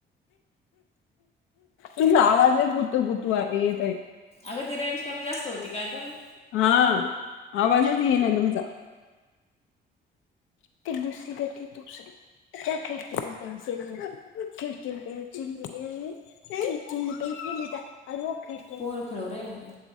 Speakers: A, on the left (about 85°); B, on the left (about 30°).
A: तुम आवाजे कुत कुतवा येेतई.
B: अगं ती रेंज कमी जास्त होती. काय कोण
A: हा, आवाजच येई ना तुमचा. <unintelligible> <unintelligible> <unintelligible>
B: पोर खेळू राहिले काय?